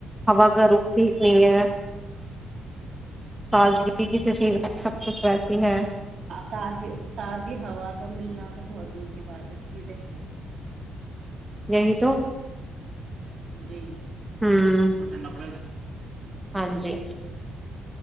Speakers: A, in the centre; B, on the right (about 55°).
A: ہوا کا رخ ٹھیک نہیں ہے تازگی کسی چیز سب کچھ ویسی ہے
B: تازی تازی ہوا تو ملنا تو بہت دور کی بات ہے اچ چھیز ہے
A: یں گ تو
B: جی
A: ہوں
B: اپرچنڈا پل گ
A: ہاں جی